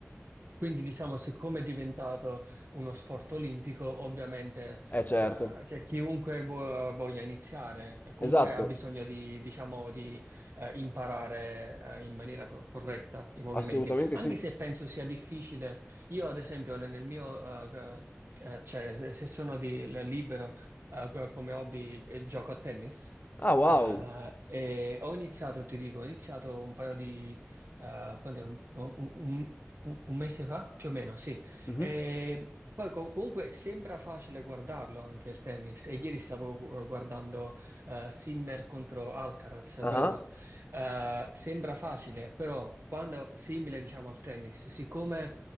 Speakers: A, on the right; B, on the left.
A: Quindi diciamo, siccome è diventato uno sport olimpico, ovviamente
B: Eh certo,
A: eh, che chiunque vu- voglia iniziare, eh, comunque
B: esatto,
A: ha bisogno di, diciamo, di eh, imparare eh, in maniera co- corretta i movimenti,
B: assolutamente
A: anche
B: sì.
A: se penso sia difficile. Io, ad esempio, ne- nel mio, eh, eh, cioè, se, se sono di- libero eh, co- come hobby, eh, gioco a tennis.
B: Ah wow.
A: Eh, e ho iniziato, ti dico, ho iniziato un paio eh, quant'è, un, un- un- un mese fa, più o meno, sì.
B: Mhm.
A: E poi co- comunque sembra facile guardarlo anche il tennis. E ieri stavo eh, guardando eh, Sinner contro Alcaraz a
B: Ah,
A: Roma. Eh, sembra facile, però quando simile, diciamo, al tennis, siccome